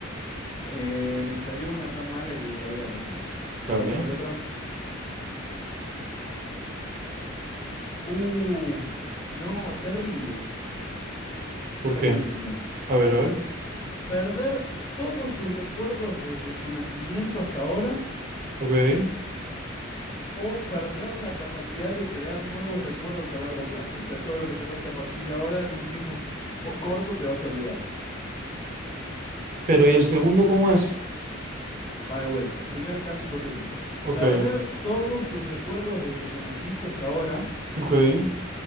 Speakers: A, on the left; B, on the right.
A: Eh, me salió una tan mala que la voy a pasar.
B: Dale.
A: Eh, a ver otra. Uh, no, terrible. Esta
B: ¿Por qué?
A: es buenísima.
B: A ver, a ver.
A: Perder todos tus recuerdos desde tu nacimiento hasta ahora
B: Ok.
A: o perder la capacidad de crear nuevos recuerdos a largo plazo. O sea, todo lo que te pase a partir de ahora en un tiempo corto te vas a olvidar.
B: Pero, ¿y el segundo cómo es?
A: Va de vuelta. Primer caso hipotético.
B: Ok,
A: Perder todos tus recuerdos desde que naciste hasta ahora.
B: ok.